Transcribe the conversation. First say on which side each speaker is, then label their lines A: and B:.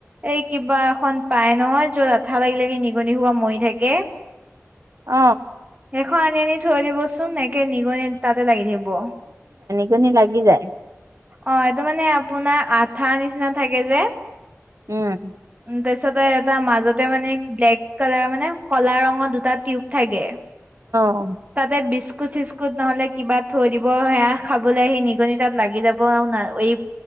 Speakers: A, on the right; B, on the right.
A: এই কিবা খন পাই নয় যত আঠা লাগি লাগি নিগনি হোৱা মৰি থাকে।
B: অ
A: এখন আনি আনি থৈ দিবচোন একে নিগনি তাতে লাগি থাকিব।
B: জনী লাগি যায়।
A: অ এইটো মানে আপোনাৰ আঠা নিচিনা থাকে যে।
B: উম
A: উম তাৰপিছতে এটা মাজতে মানে ব্লেক কালাৰ মানে কলা ৰঙৰ দুটা টিউব থাকে।
B: অ
A: তাতে বিস্কুট স্কুট চিস্কুট নহ'লে কিবা থৈ দিব। সেয়া খাবলৈ সেই নিগনি তাত লাগি যাব আৰু এই